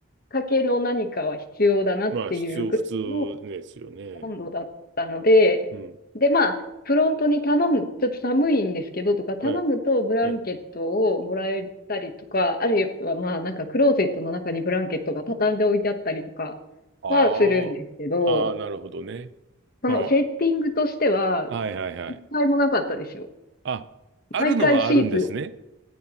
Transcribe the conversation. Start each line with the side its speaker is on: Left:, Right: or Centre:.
Left: 掛けの何かは必要だなっていうぐらいの
Right: まあ、必要、普通ですよね。
Left: 温度だったので、
Right: うん。
Left: で、まあ、フロントに頼む、ちょっと寒いんですけどとか、頼むとブランケットをもらえたりとか、
Right: はい。はい。
Left: あるいはまあ、なんかクローゼットの中にブランケットが畳んで置いてあったりとかはするんですけど、
Right: ああ、ああ、なるほどね。
Left: そのセッティングとしては、
Right: ああ、はいはいはい。
Left: 一回もなかったですよ。
Right: あ、あるのはあるんですね。
Left: 毎回シーツ